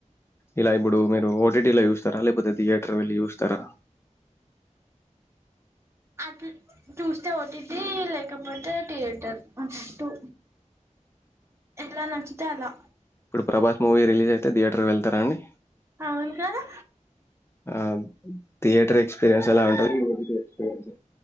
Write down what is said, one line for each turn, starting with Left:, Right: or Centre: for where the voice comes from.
Left: ఇలా ఇప్పుడు మీరు ఓటీటీలో చూస్తారా లేకపోతే థియేటర్ వెళ్ళి చూస్తారా
Right: అట్ చూస్తే ఓటీటీ లేకపోతే థియేటర్ అటు ఎలా నచ్చితే అలా
Left: ఇప్పుడు ప్రభాస్ మూవీ రిలీజ్ అయితే థియేటర్కి వెళ్తారాండి
Right: అవును కదా
Left: ఆ థియేటర్ ఎక్స్పీరియన్స్ ఎలా ఉంటది ఎక్స్పీరియన్స్